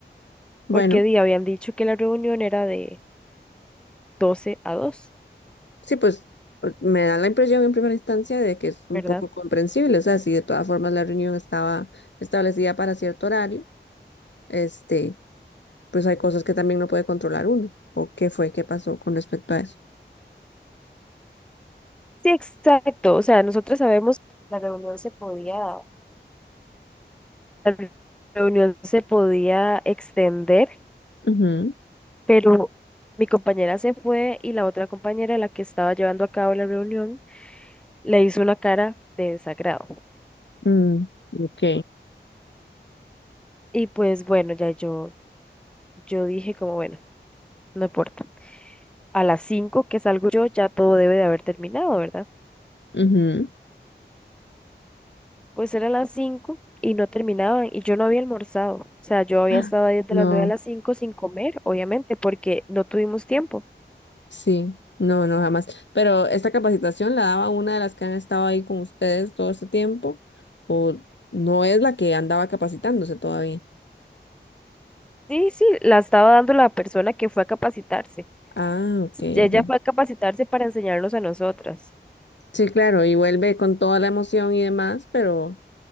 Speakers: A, on the left; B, in the centre.
A: Bueno,
B: porque di, habían dicho que la reunión era de doce a dos
A: sí, pues pues, me da la impresión en primera instancia de que es un
B: ¿verdad?
A: poco comprensible. O sea, si de todas formas la reunión estaba establecida para cierto horario, este pues hay cosas que también no puede controlar uno. ¿O qué fue? ¿Qué pasó con respecto a eso?
B: Sí, exacto, o sea, nosotros sabemos que la reunión se podía La reunión se podía extender,
A: Ujú,
B: pero mi compañera se fue y la otra compañera, la que estaba llevando a cabo la reunión, le hizo una cara de desagrado.
A: mm, ok,
B: Y pues bueno, ya yo, yo dije como, bueno, no importa. A las 5, que salgo yo, ya todo debe de haber terminado, ¿verdad?
A: ujú.
B: Pues eran las cinco y no terminaban y yo no había almorzado. O sea, yo había
A: Ah,
B: estado ahí desde
A: No,
B: las 9 a las 5 sin comer, obviamente, porque no tuvimos tiempo.
A: sí, no, no, jamás. Pero esta capacitación la daba una de las que han estado ahí con ustedes todo este tiempo, o no es la que andaba capacitándose todavía.
B: Sí, sí, la estaba dando la persona que fue a capacitarse.
A: Ah, ok,
B: Ella
A: ok.
B: fue a capacitarse para enseñarnos a nosotras.
A: Sí, claro, y vuelve con toda la emoción y demás, pero,